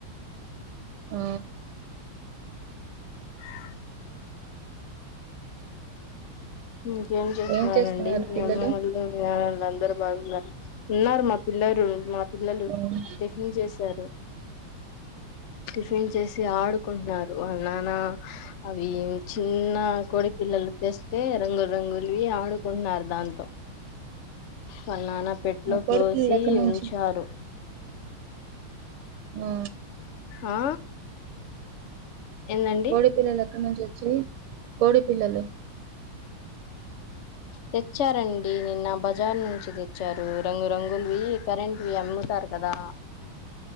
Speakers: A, on the right; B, on the left.
A: ఆ
B: ఆ ఇకేం చేస్తున్నారండి.
A: ఏం చేస్తున్నారు
B: మీ
A: పిల్లలు
B: అమ్మ వాళ్ళు మీ నాన్న వాళ్ళు అందరూ బాగున్నారా ఉన్నారు మా పిల్లాలు పిల్లలు
A: ఉమ్
B: టిఫిన్ చేశారు టిఫిన్ చేసి ఆడుకుంటున్నారు. వాళ్ళ నాన్న అవి చిన్న కోడి పిల్లలు తెస్ తెస్తే రంగుల్ రంగుల్వి ఆడు ఆడుకుంటున్నారు దాంతో వాళ్ళ నాన్న పెట్లో
A: ఉమ్ కోడి
B: పోసి
A: పిల్లలు ఎక్కడి నుంచి
B: ఉంచారు
A: ఆ
B: ఆ ఏందండి
A: కోడి పిల్లల్ ఎక్కన్నుంచి వచ్చి కోడి పిల్లలు
B: తెచ్చారండి. నిన్న బజార్ నుంచి తెచ్చారు. రంగు రంగుల్వి కరెక్ట్ వి ఇస్తార్ కదా